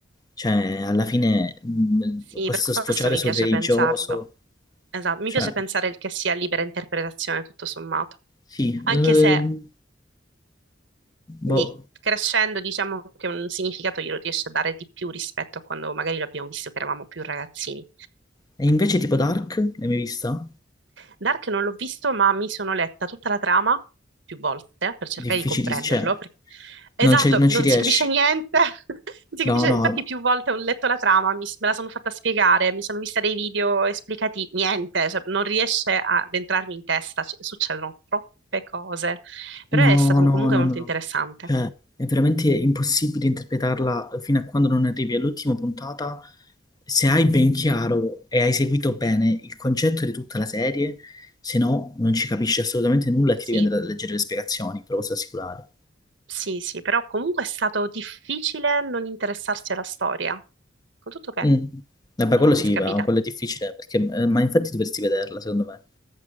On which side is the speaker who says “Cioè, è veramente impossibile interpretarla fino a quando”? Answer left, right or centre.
Left